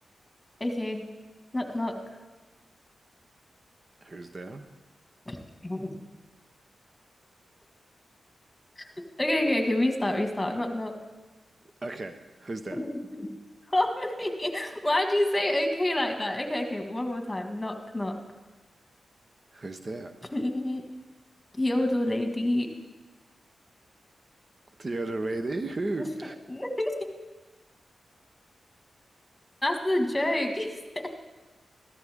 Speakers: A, on the left; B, on the right.
A: Okay. Knock knock.
B: Who's there?
A: <laughs> Okay, okay, okay. Restart, restart. Knock knock.
B: Okay. Who's
A: <laughs>
B: there?
A: Sorry. Why'd you say okay like that? Okay, okay. One more time. Knock knock.
B: Who's there?
A: <laughs> The old lady.
B: The other lady? Who?
A: <laughs> That's the joke. <laughs> You said-